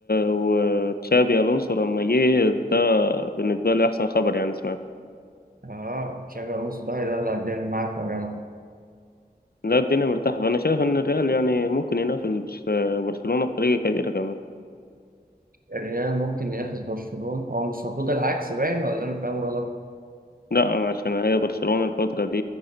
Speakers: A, on the left (about 65°); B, on the right (about 60°).
A: وتشابي الونسو لما جه ده بالنسبه لي احسن خبر يعني سمعت
B: اه تشابي الونسو ده هيدلع الدنيا معاك يا جماعه
A: لا الدنيا مرتاحه فانا شايف ان الريال يعني ممكن ينافس آه، برشلونه بطريقه كبيره كمان
B: الريال ممكن ينافس برشلونة هو مش المفروض العكس باين ولا انا فاهم غلط
A: لا عشان هي برشلونه الفتره دي